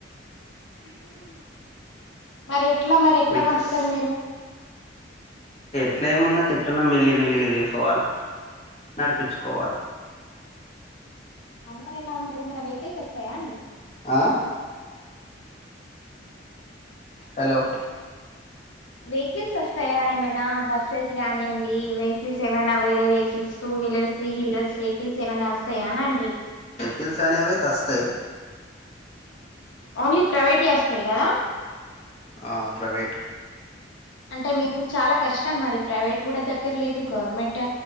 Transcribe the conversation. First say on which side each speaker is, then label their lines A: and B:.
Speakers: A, on the left; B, on the left.
A: క మరి ఎట్లా మరి ఎట్లా
B: మీటర్స్
A: పంపుతారు మీరు
B: ఇట్లా ఏమున్నది ఎట్లనో మెల్లి మెల్లిగా చేసుకోవాల నడిపించుకోవాల
A: అలా ఎలా మరి ఎమైనా వెహికిల్స్ వస్తాయా అండి
B: ఆ హలో
A: వెహికల్స్ వస్తాయా ఏమైనా బస్సెస్ కానీవ్వండి వెహికల్స్ ఏమైనా వేరే vehicles two wheelers three wheelers vehicles ఏమైనా వస్తాయాన అండి
B: వెకిల్స్ అనేవైతే అస్తయి
A: ఓన్లీ ప్రైవేట్ ఏ వస్తాయి కదా
B: ఆ ప్రైవేట్
A: అంటే మీకు చాలా కష్టం మరి ప్రైవేట్ కూడా దగ్గర లేదు గవర్నమెంట్